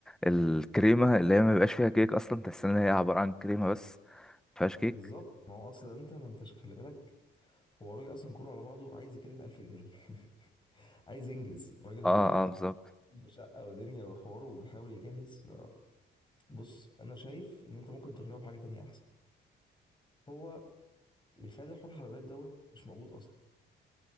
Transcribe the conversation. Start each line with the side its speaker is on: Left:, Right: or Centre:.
Centre: الكريمه اللي هي ما بيبقاش فيها كيك اصلا تحس ان هي عباره عن كريمه بس ما فيهاش كيك
Left: بالظبط ما هو اصلا انت ما انتش خلي بالك هو الراجل اصلا كله على بعضه عايز يكلف 1000 جنيه <laughs> عايز ينجز الراجل
Centre: اه
Left: بي-
Centre: اه بالظبط
Left: عنده شقه ودنيا وحواره وبيحاول يجهز ف- بص انا شايف ان انت ممكن تقنعه بحاجه تانية احسن هو يخلي حوار الحلويات دوت مش موجود اصلا